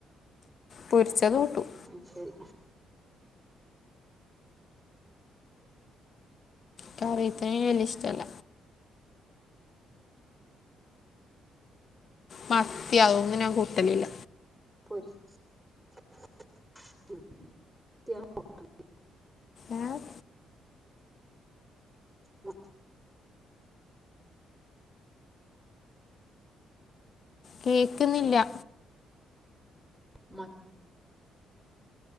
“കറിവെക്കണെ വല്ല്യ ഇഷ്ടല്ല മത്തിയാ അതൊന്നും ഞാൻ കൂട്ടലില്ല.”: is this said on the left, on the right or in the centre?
Left